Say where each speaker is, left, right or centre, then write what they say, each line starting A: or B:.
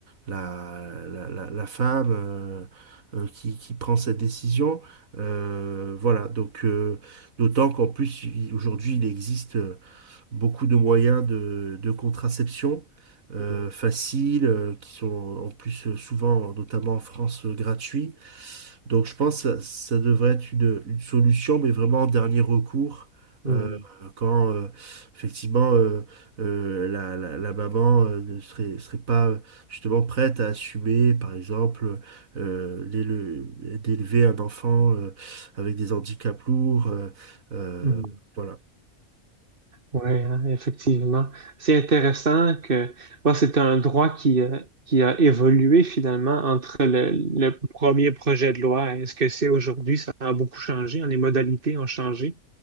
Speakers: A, on the right; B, on the right.
A: la, la, la- la femme euh, euh, qui, qui prend cette décision. Euh, voilà, donc euh, d'autant qu'en plus, il- aujourd'hui, il existe. euh, beaucoup de moyens de, de contraception euh,
B: mhm,
A: faciles, euh, qui sont en plus euh, souvent, notamment en France, euh, gratuits. Donc je pense que ça, ça devrait être une, une solution, mais vraiment en dernier recours,
B: mhm,
A: euh,
B: mhm,
A: quand euh, effectivement euh, euh, la, la- la maman euh, ne serait, serait pas euh, justement prête à assumer, par exemple, euh, l'éle- d'élever un enfant euh, avec des handicaps lourds. euh, euh,
B: mhm, mhm.
A: voilà.
B: Oui, hein, effectivement. C'est intéressant que bon, c'est un droit qui, euh, qui a évolué finalement entre le, le premier projet de loi et ce que c'est aujourd'hui. Ça a beaucoup changé. hein, Les modalités ont changé.